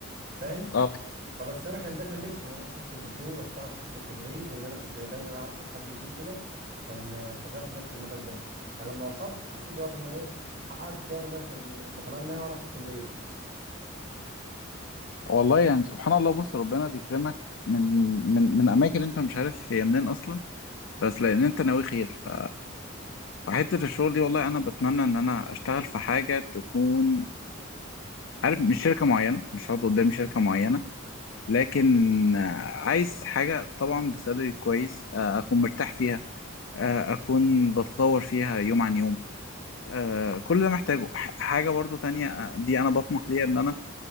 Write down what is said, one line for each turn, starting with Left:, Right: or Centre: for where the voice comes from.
Right: فاهم؟
Left: اه
Right: فبس انا كان ده كان نفسي ان انا اخش البترول واشتغل في قسم التشغيل لان انا كنت دايما اعرف كذا حد كبير كده كان آه، شغال في نفس المجال ده فلما وصلت حسيت برضه ان ايه حققت شويه من اللي انا كان بتمناه وانا في الكليه
Left: والله يعني سبحان الله بص ربنا بيكرمك من من من اماكن انت مش عارف هي منين اصلا بس لان انت ناوي خير ف- فحته الشغل دي والله انا بتمنى ان انا اشتغل في حاجه تكون عارف مش شركه معينه مش هقعد قدامي شركه معينه لكن آه، عايز حاجه طبعا بسالري كويس آه، اكون مرتاح فيها آه، اكون بتطور فيها يوم عن يوم آه، كل ده محتاجه ح- حاجة برضو تانية آه، دي انا بطمح ليها ان انا